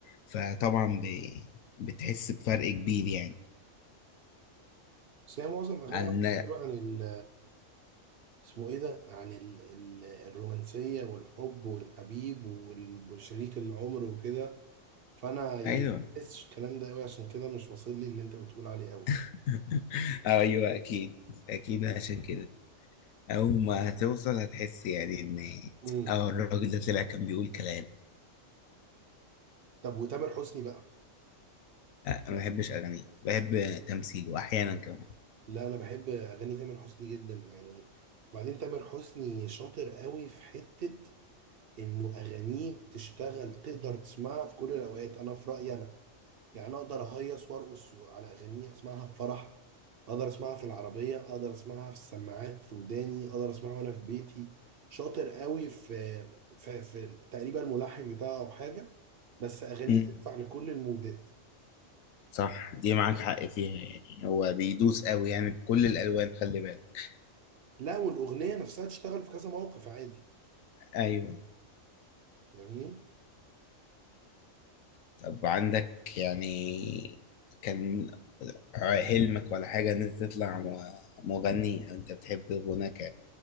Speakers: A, on the left; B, on the right.
A: فطبعا بي... بتحس بفرق كبير يعني
B: بس هي معظم اغاني
A: عن
B: عمرو دياب عن ال اسمه ايه ده عن ال ال الرومانسية والحب والحبيب وشريك العمر وكده فانا يعني
A: ايوه
B: ما بحسش الكلام ده قوي عشان كده مش واصل لي اللي انت بتقول عليه قوي
A: <laughs> أو ايوه اكيد اكيد عشان كده اول ما توصل هتحس يعني ان
B: امم
A: اه الراجل ده طلع كان بيقول كلام
B: طب وتامر حسني بقى
A: أه، انا ما بحبش اغانيه بحب تمثيله احيانا كمان
B: لا انا بحب اغاني تامر حسني جدا يعني وبعدين تامر حسني شاطر قوي في حتة انه اغانيه بتشتغل تقدر تسمعها في كل الاوقات انا في رأيي انا يعني أنا اقدر اهيص وارقص على اغانيه اسمعها في فرح اقدر اسمعها في العربية اقدر اسمعها في السماعات في وداني اقدر اسمعها وانا في بيتي شاطر قوي في في, في تقريبا الملحن بتاعه او حاجة بس اغانيه
A: امم
B: تنفع لكل المودات
A: صح دي معاك حق فيها يعني هو بيدوس قوي يعني بكل الالوان خلي بالك
B: لا والاغنية نفسها تشتغل في كذا موقف عادي
A: ايوه
B: فاهمني
A: طب عندك يعني كان حلمك ولا حاجة إن أنت تطلع م- مغني أو أنت بتحب الغنى ك-